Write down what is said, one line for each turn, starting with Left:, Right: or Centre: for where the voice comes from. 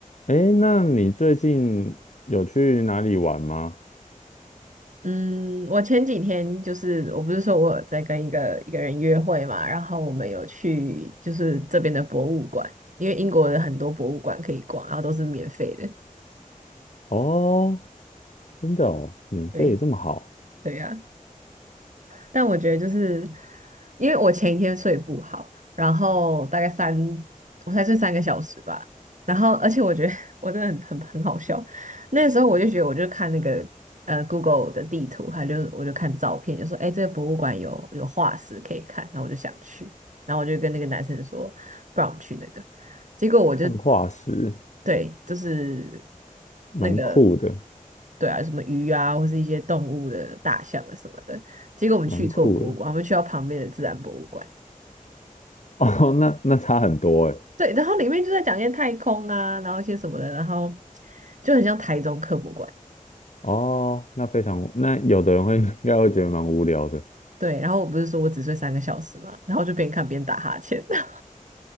Left: 诶，那你最近有去哪里玩吗？
Right: 嗯，我前几天就是我不是说我有在跟一个一个人约会嘛，然后我们有去就是这边的博物馆，因为英国的很多博物馆可以逛，然后都是免费的。
Left: 哦，真的哦，免费这么好，
Right: 对，对呀、但我觉得就是因为我前一天睡不好，然后大概三，我才睡三个小时吧。然后，而且我觉得 <laughs> 我真的很很很好笑。那时候我就觉得，我就看那个呃 Google 的地图，还就我就看照片，就说哎，诶这个博物馆有有化石可以看，然后我就想去，然后我就跟那个男生说，不然我们去那个。结果我就
Left: 看化石，
Right: 对，就是
Left: 蛮酷的，
Right: 那个对啊，什么鱼啊，或是一些动物的大象啊什么的。结果我们去错博物馆，
Left: 蛮酷的。
Right: 我们去到旁边的自然博物馆。
Left: <laughs> 哦，那那差很多诶。
Right: 对，然后里面就在讲一些太空啊，然后一些什么的，然后就很像台中科博馆。
Left: 哦，那非常，那有的人会 <laughs> 应该会觉得蛮无聊的。
Right: 对，然后我不是说我只睡三个小时嘛，然后我就边看边打哈欠。<laughs>